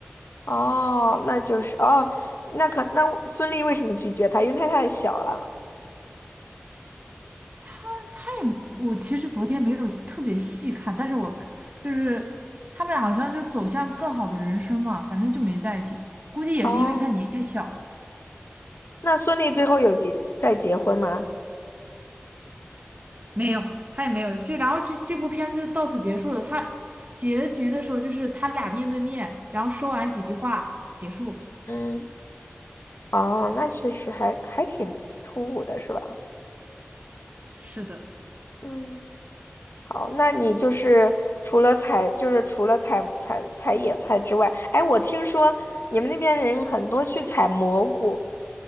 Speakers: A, on the left; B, on the right.
A: 哦，那就是哦，那可那孙俪为什么拒绝他？因为他太小了。
B: 但他也，我其实昨天没有细特别细看，但是我就是他们俩好像就走向更好的人生嘛，反正就没在一起。估计也是因为他年纪太小了。
A: 哦，那孙俪最后有结再结婚吗？
B: 没有，他也没有。就然后这这部片子就到此结束了。他结局的时候就是他俩面对面，然后说完几句话结束。
A: 嗯哦，那确实还还挺突兀的，是吧？
B: 是的。
A: 嗯，好，那你就是除了采，就是除了采采采野菜之外，哎，我听说你们那边人很多去采蘑菇，